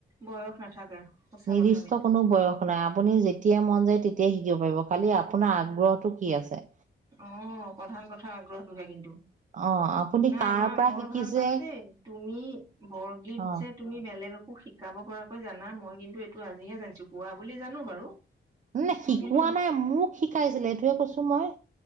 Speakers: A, on the right; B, on the right.
A: বয়স নাথাকে। সঁচা
B: নিৰ্দিষ্ট
A: কথা কিন্তু
B: কোনো বয়স নাই আপুনি যেতিয়াই মন যায় তেতিয়াাই শ দিব পাৰিব খালি আপোনাৰ আগ্ৰহটো কি আছে।
A: অ প্ৰধান কথা আগ্ৰহটোহে কিন্তু
B: অ আপুনি
A: নাই
B: কাৰ
A: মই
B: পৰা
A: বৰ
B: শিকিছে
A: ভাল পালো দেই তুমি বৰগীত
B: অ
A: যে তুমি বেলেগক শো শিকাব পৰাকৈ জানা মই কিন্তু এইটো আজিহে জানিছো কোৱা বুলি জানো বাৰু
B: ন নাই শিকোৱা
A: মই কিন্তু
B: নাই মোক শিকাইছিলে এইটোৱে কৈছো মই